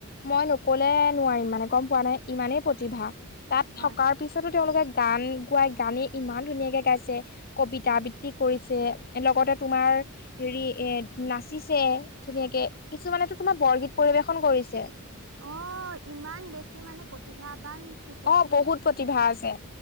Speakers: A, on the left; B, on the right.
A: মই নকলে নোৱাৰিম মানে, গম পোৱানে! ইমানেই প্ৰতিভা। তাত
B: হয়,
A: থকাৰ পিছতো তেওঁলোকে গান, গোৱাই গানেই, ইমান ধুনীয়াকে গাইছে, কবিতা
B: হয়।
A: আবৃত্তি কৰিছে লগতে, তোমাৰ হেৰি এই, নাচ নাচিছে, ধুনীয়াকে কিছুমানেতো তোমাৰ বৰগীত পৰিবেশন কৰিছে।
B: অ, ইমান বেছি মানে প্ৰতিভাবান। শিশু
A: অ, বহুত প্ৰতিভা আছে।